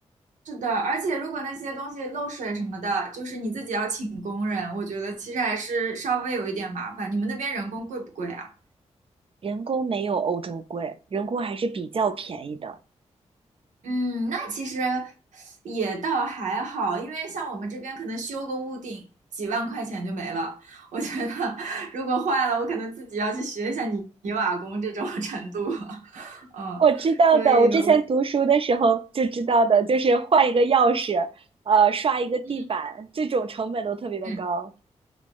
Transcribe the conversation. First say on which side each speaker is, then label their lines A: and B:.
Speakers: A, on the right; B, on the right.
A: 是的，而且如果那些东西漏水什么的，就是你自己要请工人，我觉得其实还是稍微有一点麻烦。你们那边人工贵不贵啊？
B: 人工没有欧洲贵，人工还是比较便宜的。
A: 嗯，那其实也倒还好，因为像我们这边可能修个屋顶几万块钱就没了。我觉得如果坏了，我可能自己要去学一下泥泥瓦工这种 <laughs> 程度。<laughs> 嗯，
B: 我知道的，
A: 所以我
B: 我之前读书的时候就知道的，就是换一个钥匙，呃，刷一个地板，
A: 嗯
B: 这种成本都特别的高，
A: 嗯，